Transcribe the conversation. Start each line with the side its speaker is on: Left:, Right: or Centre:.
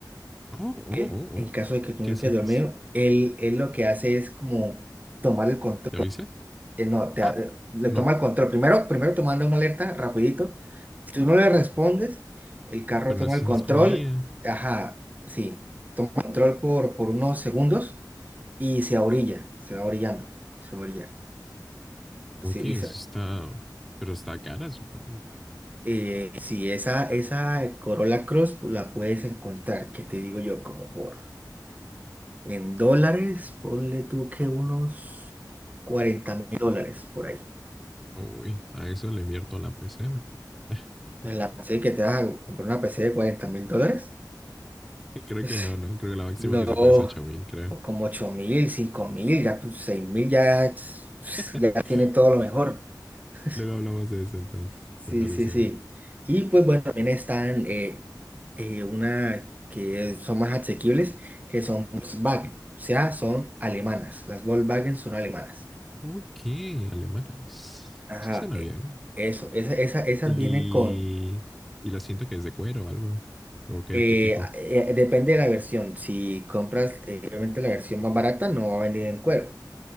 Centre: Oh, oh,
Right: que
Centre: oh,
Right: en
Centre: oh.
Right: caso de que tú
Centre: ¿Qué
Right: no
Centre: es?
Right: quedes
Centre: ¿Qué
Right: dormido,
Centre: es?
Right: él, él lo que hace es como tomar el control,
Centre: ¿Ya avisa?
Right: eh, no, te,
Centre: Ah,
Right: ha- le
Centre: no,
Right: toma el control, primero, primero te manda una alerta rapidito, si tú no le respondes, el carro
Centre: pero
Right: toma
Centre: eso
Right: el control,
Centre: no es como IA.
Right: ajá, sí, control por, por unos segundos y se orilla, se va orillando, se va a orillar, sí,
Centre: Oye,
Right: y
Centre: eso está, pero está cara, supongo.
Right: eh, sí, esa, esa Corolla Cross pues, la puedes encontrar, que te digo yo, como por En dólares, ponle tú que unos cuarenta mil dólares por ahí.
Centre: Uy, a eso le invierto a la PC mejor. <laughs>
Right: En la PC que te vas a comprar una PC de cuarenta mil dólares.
Centre: Creo
Right: <laughs>
Centre: que no, no. Creo que la máxima
Right: No,
Centre: que se puede es 8000, creo.
Right: o como ocho mil, cinco mil, ya pues, seis mil, ya, es- pues,
Centre: <laughs>
Right: ya tiene todo lo mejor. <laughs>
Centre: Luego hablamos de eso entonces.
Right: Sí,
Centre: Me parece
Right: sí, sí.
Centre: bien.
Right: Y pues bueno, también están eh, eh, una que son más asequibles, que son Volkswagen. O sea, son alemanas. Las Volkswagen son alemanas.
Centre: Ok, alemanas.
Right: Ajá,
Centre: Eso suena
Right: e-
Centre: bien.
Right: eso, esa, esa, esa
Centre: Y,
Right: viene con,
Centre: y la siento que es de cuero o algo. ¿O qué,
Right: eh,
Centre: qué tipo?
Right: a- eh, depende de la versión, si compras eh, obviamente la versión más barata no va a venir en cuero,